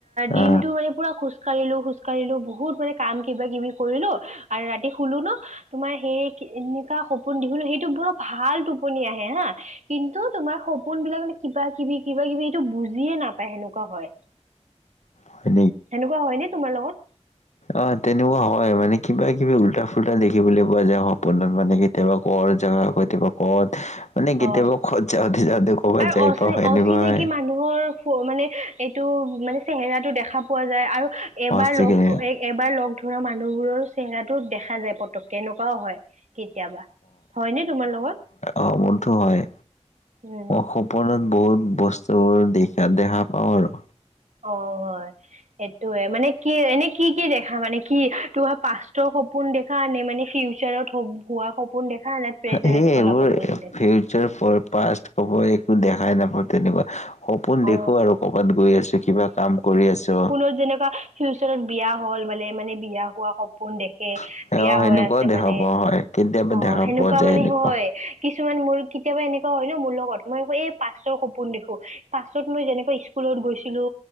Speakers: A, on the right (about 85°); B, on the left (about 75°).
A: দিনটো
B: অ'
A: মানে পুৰা খোচ- কাঁঢ়িলো খোজ কাঁঢ়িলো বহুত মানে কাম কিবা কিবি কৰিলো আৰু ৰাতি শুলো ন- তোমাৰ সেই এনেকুৱা সপোন দেখো ন সেইটো পুৰা ভাল টোপনি আহে হাঁ- কিন্তু, তোমাৰ সপোন বিলাক মানে কিবা- কিবি, কিবা কিবি এইটো বুজিয়ে নাপায় সেনেকুৱা হয়।
B: হয়
A: এনেকুৱা হয়নে তোমাৰ লগত?
B: অঁ' তেনেকুৱা হয় মানে কিবা -কিবি উল্টা- ফুল্টা দেখিবলৈ পোৱা যায় সপোনত মানে। কেতিয়াবা ক' জেগা কেতিয়াবা ক'ত- মানে কেতিয়াবা
A: অ'
B: খত যাওঁতে যাওঁতে ক'ৰবাত
A: আৰু
B: যাই
A: অচি
B: পাওঁ হয়
A: অচিনাকি
B: সেনেকুৱা হয়।
A: মানুহৰ মানে এইটো মানে চেহেৰাটো দেখা পোৱা যায় আৰু
B: সঁচাকে
A: এবাৰ লগ‌ কো এই- এবাৰ লগ ধৰা মানুহবোৰৰ চেহেৰাটো দেখা যায় পতকে এনেকুৱাও হয়। কেতিয়াবা, হয়নে তোমাৰ লগত?
B: অঁহ বন্ধ হয়
A: উম
B: অসম- সপোনত বহুত বস্তু বোৰ দেখা দেখা পাওঁ আৰু।
A: অঁ হয়। সেইটোয়ে মানে কি এনে কি কি দেখা মানে কি তোমাৰ পাচতৰ সপোন দেখ- কাৰণে মানে ফিউচাৰত হোৱা সপোন দেখা নে প্ৰেজেন্টত
B: সেই
A: চলা
B: এইবোৰ
A: সপোনটো দেখা?
B: ফিউচাৰ পাষ্ট হব একো দেখাই নাপাওঁ তেনেকুৱা। সপোন
A: অ
B: দেখো আৰু কবাত গৈ আছো, কিবা কাম কৰি আছো।
A: যত যেনেকুৱা- ফিউচাৰত বিয়া হ'ল মানে মানে বিয়া হোৱা সপ- পোন দেখে
B: অ
A: বিয়া
B: সেনেকুৱাও
A: হৈ আছে
B: দেখা
A: মানে
B: পোৱা হয় কেতিয়াবা
A: অঁ'
B: দেখা
A: সেনেকুৱা
B: পোৱা যায়
A: মানে
B: এনেকুৱা
A: হয়- কিছুমান মোৰ কেতিয়াবা এনেকুৱা হয় ন মোৰ লগত মই ক এই পাষ্টৰ সপোন দেখো- পাষ্টত মই যেনেকৈ স্কুলত গৈছিলো